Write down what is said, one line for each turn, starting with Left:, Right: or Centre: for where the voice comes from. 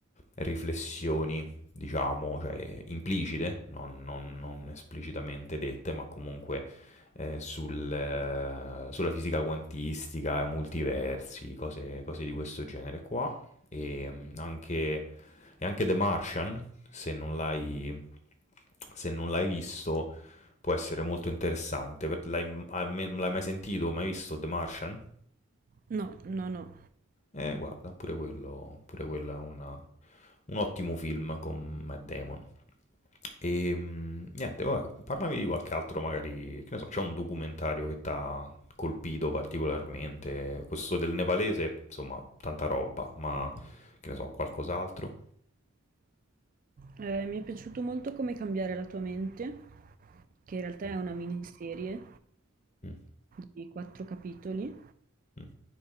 Left: riflessioni, diciamo, cioè implicite, non, non- non esplicitamente dette, ma comunque eh, sul, eh, sulla fisica quantistica, multiversi, cose, cose di questo genere qua. E mm, anche, e anche The Martian, se non l'hai se non l'hai visto Può essere molto interessante. Per- L'hai hai me- l'hai mai sentito, mai visto The Martian?
Right: No, no, no.
Left: Eh, guarda, pure quello, pure quello è una- un ottimo film con Matt Damon. E mm, niente, vabbè, parlami di qualche altro, magari, che ne so, c'è un documentario che ti ha colpito particolarmente. Questo del nepalese, insomma, tanta roba, ma che ne so, qualcos'altro?
Right: Eh, mi è piaciuto molto Come cambiare la tua mente, che in realtà è
Left: Mm,
Right: una miniserie
Left: mm,
Right: di quattro capitoli
Left: mm,